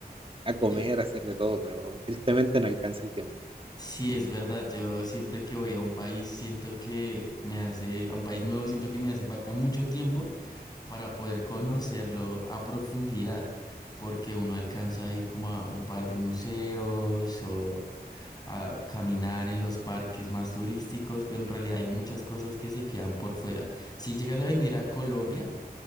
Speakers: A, on the right; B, on the left.
A: a comer,
B: eh,
A: a hacer de todo, pero tristemente no alcanza el tiempo.
B: sí, es verdad. Yo siempre que voy a un país siento que me hace, a un país nuevo siento que me hace falta mucho tiempo. para poder conocerlo a profundidad, porque uno alcanza a ir como a un par de museos o a caminar en los parques más turísticos, pero en realidad hay muchas cosas que se quedan por fuera. Si llegas a venir a Colombia,